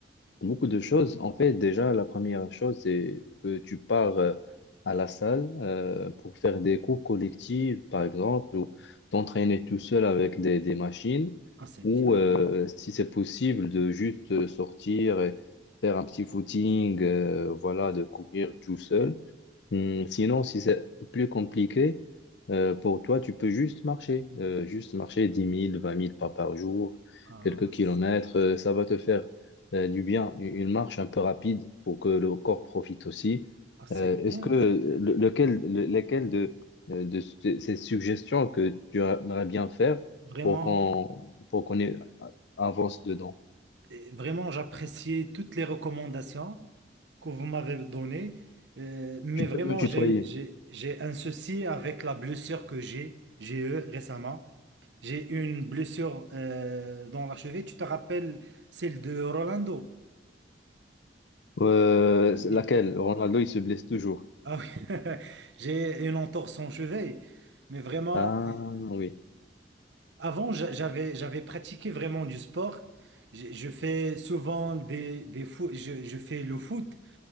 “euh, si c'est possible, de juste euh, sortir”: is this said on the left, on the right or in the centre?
Left